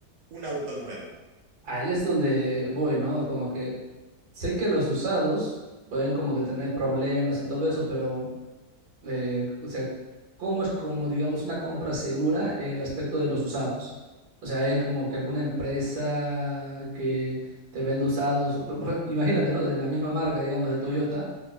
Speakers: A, on the right; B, on the right.
A: un auto nuevo?
B: Ahí es donde voy, ¿no? Como que sé que los usados pueden como que tener problemas y todo eso, pero, eh, o sea, ¿cómo es como, digamos, una compra segura en el aspecto de los usados? O sea, hay como que alguna empresa que te vende usados, <laughs> por- por- imagínate, ¿no? De la misma marca, digamos, de Toyota